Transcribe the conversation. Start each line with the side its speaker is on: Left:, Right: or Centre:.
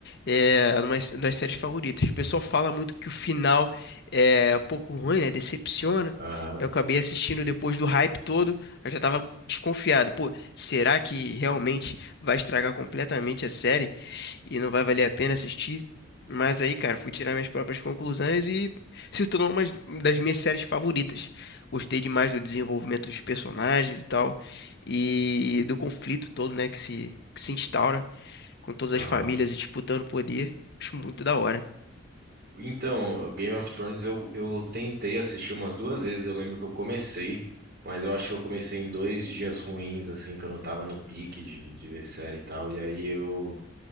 Left: É uma das das séries favoritas. O pessoal fala muito que o final é um pouco ruim, né? Decepciona.
Right: Aham,
Left: Eu acabei assistindo depois do hype todo. Eu já tava desconfiado. Pô, será que realmente vai estragar completamente a série e não vai valer a pena assistir? Mas aí, cara, fui tirar minhas próprias conclusões e se tornou uma das minhas séries favoritas. Gostei demais do desenvolvimento dos personagens e tal, e do conflito todo, né, que se, que se instaura com todas
Right: aham.
Left: as famílias disputando poder. Acho muito da hora.
Right: Então, Game of Thrones eu, eu tentei assistir umas duas vezes. Eu lembro que eu comecei, mas eu acho que eu comecei em dois dias ruins, assim, que eu não tava no pique de, de ver série e tal. E aí eu,